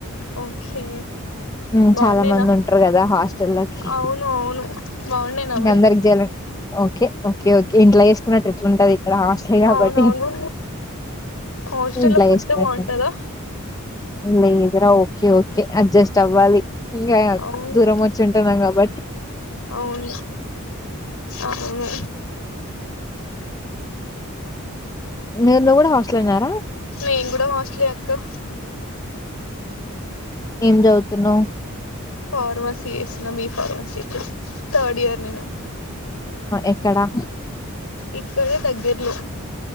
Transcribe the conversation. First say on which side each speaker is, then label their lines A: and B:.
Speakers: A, on the left; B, on the left.
A: ఓకే
B: మ్మ్
A: బాగుండేనా
B: చాలా మంది ఉంటారు కదా హాస్టల్కి
A: అవును అవును బాగుండేనా
B: ఇంగా
A: మరి
B: అందరికి జేయ ఓకే ఓకే ఓకే ఇంట్లా జేసుకున్నట్టు ఎట్లుంటది ఇక్కడ హాస్టల్ కాబట్టి
A: అవునవును హాస్టల్
B: ఇంట్లో
A: లో ఫుడ్
B: చేసుకున్నట్టు
A: బాగుంటందా
B: లేదురా ఓకే ఓకే అడ్జస్ట్ చవ్వాలి ఇంకా
A: అవును
B: దూరం వచ్చి ఉంటున్నాం కాబ
A: అవును అవును
B: నేను కూడా హోస్ట్ స్టల్ నారా
A: నెన్ కూడా హోస్టలే అక్క
B: ఏం చదువుతున్నావ్
A: ఫార్మసీ ఎసిన బి ఫార్మసీ ఇప్పుడు థర్డ్ ఇయర్ నేను
B: ఎక్కడా
A: ఇక్కడే దగ్గర్లో